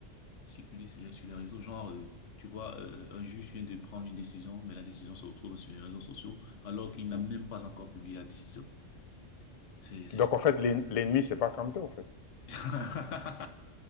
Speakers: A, on the left; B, on the left.
A: circuler sur les, sur les réseaux. Genre, euh, tu vois, euh, euh, un juge vient de prendre une décision, mais la décision se retrouve sur les réseaux sociaux, alors qu'il n'a
B: Mm.
A: même pas encore publié la décision. C'est, c'est...
B: Donc en fait, l'en- l'ennemi, c'est pas Kamto, en fait.
A: <laughs>